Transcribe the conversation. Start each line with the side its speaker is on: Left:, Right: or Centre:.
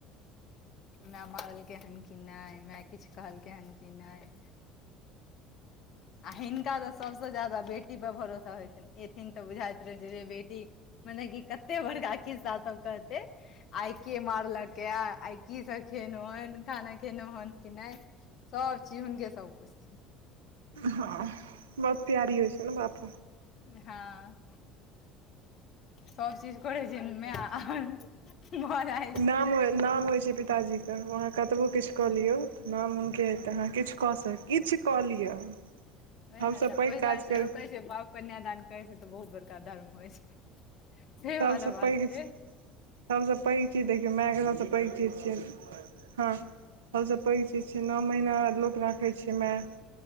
Left: मै मरलके हन कि नहि मै किछु कहलकै हन कि नहि। आ हिनका तऽ सभसँ ज्यादा बेटीपर भरोसा होइत छनि एथिन तऽ बुझाइत रहैत छै जे बेटी। मने कि कते बड़का खिस्सा सभ कहतै आइ के मारलक य आइ की सब खेलहु हन खाना खेलहु हन कि नहि। सभचीज हुनके सभ पुछथिन
Right: हँ बहुत प्यारी होइ छै ने बाप
Left: हँ सभ चीज कर छै मेय आर। भर।
Right: नाम नाम होइ छै पिताजी के। तऽ हम अहाँ कतबो
Left: वएह
Right: किछु कऽ
Left: ने
Right: लियौ तऽ नाम हुनके हेतै अहाँ किछु कऽ सक किछु कऽ लिअ।
Left: ओए
Right: हमसभ
Left: ने तऽ
Right: पैघ
Left: ओहि दुआरे
Right: काज
Left: तऽ
Right: कर
Left: रोकै छै बाप कन्यादान करै छै तऽ बहुत बड़का धर्म होइ छै। से
Right: सभसँ
Left: वाला बात
Right: पैघ
Left: छै
Right: सभसँ पैघ चीज देख मेयके सभ पैघ चीज छै हँ सभ पैघ चीज छै नउ महिना लोक राखै छै माय